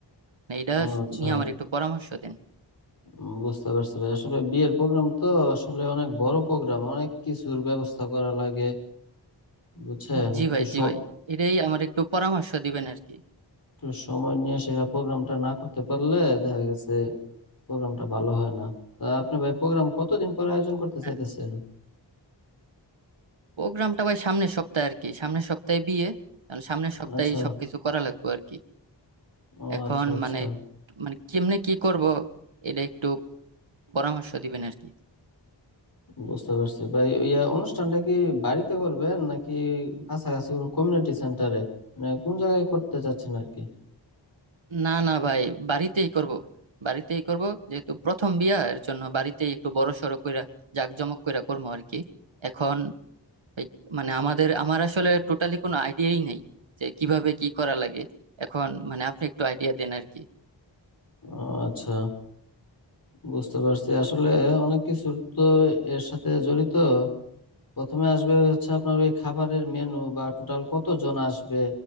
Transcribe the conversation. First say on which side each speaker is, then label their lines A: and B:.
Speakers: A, on the right; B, on the left.
A: না এটা
B: ও আচ্ছা
A: নিয়ে আমার একটু পরামর্শ দেন
B: উম, বুঝতে পারছি ভাই আসলে বিয়ের প্রোগ্রাম তো আসলে অনেক বড় প্রোগ্রাম অনেক কিছুর ব্যবস্থা করা লাগে বুঝছেন
A: জি
B: একটু
A: ভাই
B: সব
A: জি ভাই এটাই আমার একটু পরামর্শ দিবেন আর কি
B: একটু সময় নিয়ে সেরা প্রোগ্রামটা না করতে পারলে দেখা গেছে প্রোগ্রামটা ভালো হয় না তা আপনি ভাই প্রোগ্রাম কতদিন পরে আয়োজন করতে
A: হ্যাঁ
B: চাইতেছেন
A: প্রোগ্রামটা ভাই সামনের সপ্তাহে আর কি সামনের সপ্তাহে বিয়ে কারণ সামনের সপ্তাহেই
B: আচ্ছা
A: সবকিছু করা লাগবে আর কি
B: ও
A: এখন
B: আচ্ছা আচ্ছা
A: মানে মানে কেমনে কি করব এটা একটু পরামর্শ দিবেন আর কি
B: বুঝতে পারছি ভাই ইয়া অনুষ্ঠানটা কি বাড়িতে করবেন নাকি কাছাকাছি কোনো কমিউনিটি সেন্টারে মানে কোন জায়গায় করতে চাচ্ছেন আর কি
A: না না ভাই বাড়িতেই করব বাড়িতেই করব যেহেতু প্রথম বিয়া এর জন্য বাড়িতেই একটু বড় সড়ো কইরা জাঁকজমক কইরা করবো আর কি এখন এই মানে আমাদের আমার আসলে টোটালি কোনো আইডিয়াই নেই যে কিভাবে কি করা লাগে এখন মানে আপনি একটু আইডিয়া দেন আর কি
B: ও আচ্ছা বুঝতে পারছি আসলে অনেক কিছু তো এর সাথে জড়িত প্রথমে আসবে হচ্ছে আপনার ওই খাবারের মেনু বা টোটাল কতজন আসবে